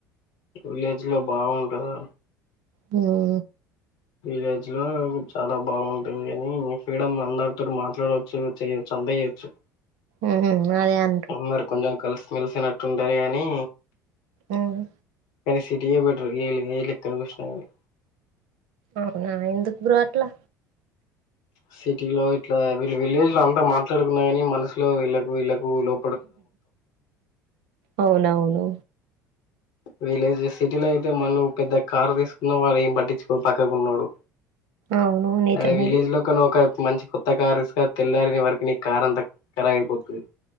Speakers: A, on the left; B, on the right.
A: విలేజ్ లో బాగుంటందా
B: హు
A: విలేజ్ లో చాలా బాగుంటది గని మీ ఫ్రీడం అందరితోనీ మాట్లాడొచ్చు చేయొచ్చు అంత చేయొచ్చు
B: ఉహు అదే అం
A: అందరు కొంచెం కలిసిమెలిసినట్టుంటది కాని
B: ఉహ్
A: కానీ సిటీ ఏ బెటర్ ఏ ఏ లెక్కానా చూసినగని
B: అవునా ఎందుకు బ్రో అట్లా
A: సిటీ లో ఇట్లా వీళ్ళ విలేజ్ లో అంతా మాట్లాడుకున్నా కాని మనసులో వీళ్ళ వీళ్లకు లో
B: అవునవును
A: విలేజ్ సిటీలో అయితే మన పెద్ద కారు తీసుకున్న వాడు ఏం పట్టించుకోడు పక్కకున్నోడు
B: అవును నిజమే
A: అదే విలేజ్ లో కని ఒక మంచి కొత్త కార తెస్కో తెల్లారే వరకు నీ కారంత కరవైపోతది